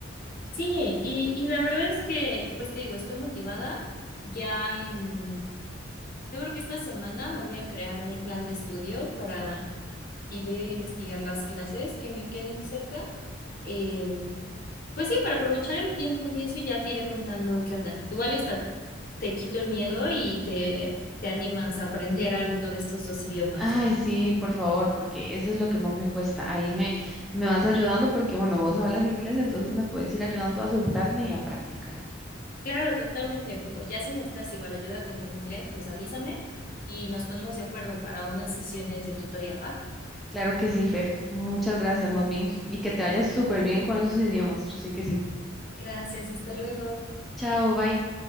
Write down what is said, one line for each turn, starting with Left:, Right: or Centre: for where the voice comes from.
Left: Sí, y, y la verdad es que, pues te digo, estoy motivada. Ya en, yo creo que esta semana me voy a crear mi plan de estudio para, y voy a investigar las clases que me queden cerca. em, Pues sí, para aprovechar el tiempo y eso y ya te iré contando qué onda. Igual está, te quito el miedo y te, te animas a aprender alguno de estos dos idiomas,
Centre: Ay,
Left: ¿no?
Centre: sí, por favor, porque eso es lo que más me cuesta. Ahí me, me vas ayudando porque, bueno, vos hablas inglés, entonces me puedes ir ayudando a soltarme y a practicar.
Left: Claro, totalmente. Como ya si necesitas igual ayuda con el inglés, pues avísame y nos ponemos de acuerdo para unas sesiones de tutoría, ¿va?
Centre: Claro que sí, Fer. Muchas gracias, más bien. Y que te vayas súper bien con esos idiomas. Yo sé que sí.
Left: Gracias, hasta luego.
Centre: Chao, bye.